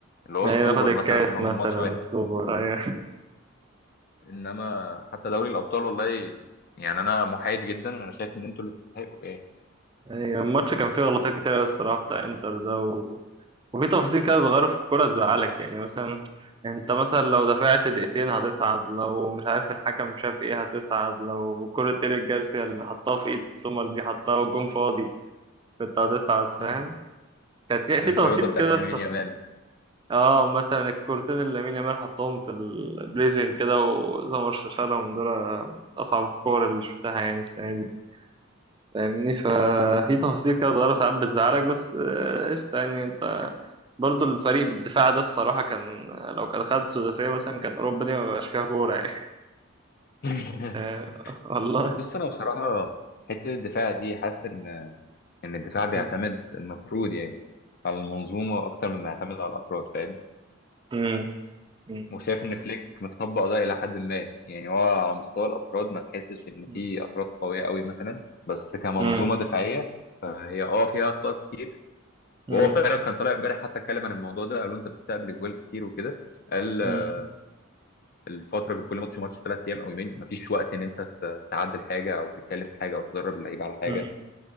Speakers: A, on the left; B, on the right.
A: اللي هو
B: أيوة
A: السوبر
B: ناخد الكاس
A: مثلا عشان هم
B: مثلا
A: من ماتش واحد
B: السوبر أيوة
A: انما حتى دوري الابطال والله يعني انا محايد جدا انا شايف ان انتوا اللي تستحقوا ايه
B: أيوة الماتش كان فيه غلطات كتير أوي الصراحة بتاع إنتر ده و... وفي تفاصيل كده صغيرة في الكورة تزعلك يعني مثلا أنت مثلا لو دفعت دقيقتين هتصعد لو مش عارف الحكم شاف إيه هتصعد لو كرة إيريك جارسيا اللي حطها في إيد سومر دي حطها والجون فاضي كنت هتصعد فاهم
A: <laughs>
B: كانت في
A: الانفراده
B: في تفاصيل
A: بتاعت
B: كده
A: لامين يامال
B: اه مثلا الكورتين اللي لامين يامال حطهم في البليزنج كده وسمر شالهم دول اصعب الكور اللي شفتها يعني السنه دي فاهمني ففي تفاصيل كده صغيره ساعات بتزعلك بس آه، قشطه يعني انت برضو الفريق بالدفاع ده الصراحه كان لو كان خد سداسيه مثلا كان اوروبا دي ما بقاش فيها كوره يعني
A: <laughs>
B: <laughs> آه، والله
A: بص انا بصراحه حته الدفاع دي حاسس ان ان الدفاع بيعتمد
B: مم.
A: المفروض يعني على المنظومه اكتر مما يعتمد على الافراد فاهم
B: مم. مم.
A: وشايف ان فليك مطبق ده الى حد ما يعني هو على مستوى الافراد ما تحسش ان
B: مم.
A: في افراد قويه قوي مثلا بس كمنظومه
B: مم.
A: دفاعيه فهي اه فيها اخطاء كتير
B: مم.
A: وهو فعلا كان طالع امبارح حتى اتكلم عن الموضوع ده قالوا انت بتستقبل اجوال كتير وكده قال آه،
B: مم.
A: الفتره بين كل ماتش وماتش ثلاث ايام او يومين مفيش وقت ان انت ت- تعدل حاجه او تتكلم في حاجه او تدرب اللعيبه على حاجه
B: مم.